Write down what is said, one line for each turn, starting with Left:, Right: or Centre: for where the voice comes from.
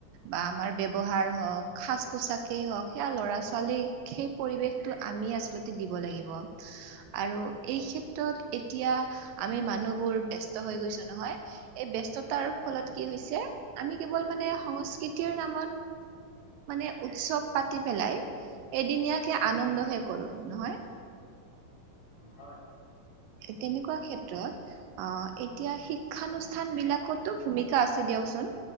Right: বা আমাৰ ব্যৱহাৰ হওঁক সাজ পোছাকেই হওক সেয়া ল'ৰা ছোৱালীক সেই পৰিৱেশটো আমি আচলতে দিব লাগিব আৰু এই ক্ষেত্ৰত এতিয়া- আমি মানুহবোৰ ব্যস্ত হৈ গৈছো নহয় এই ব্যস্ততাৰ
Left: হয় হয়
Right: ফলত কি হৈছে? আমি কেৱল মানে সংস্কৃতিৰ নামত- মানে উৎসৱ পাতি পেলাই এদিনীয়াকে আনন্দহে কৰো নহয়।
Left: হয়।
Right: তেনেকুৱা ক্ষেত্ৰত- অ এতিয়া শিক্ষানুষ্ঠান বিলাকতো ভূমিকা আছে দিয়কচোন।